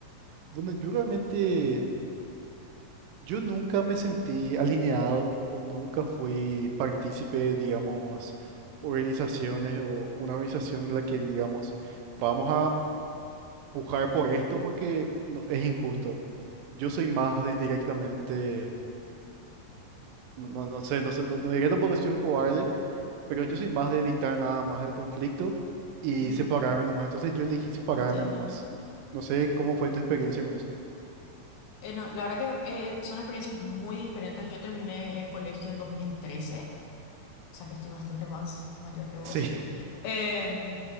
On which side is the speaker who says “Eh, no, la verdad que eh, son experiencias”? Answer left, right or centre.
Left